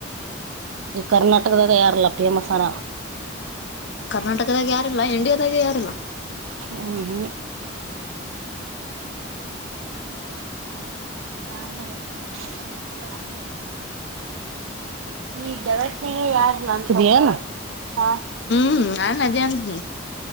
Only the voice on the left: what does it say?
ಕರ್ನಾಟಕದಾಗ ಯಾರಿಲ್ಲ ಇಂಡಿಯಾದಾಗ ಯಾರಿಲ್ಲ
ಹ್ಮ್ ನ ಅದೇ ಅಂತ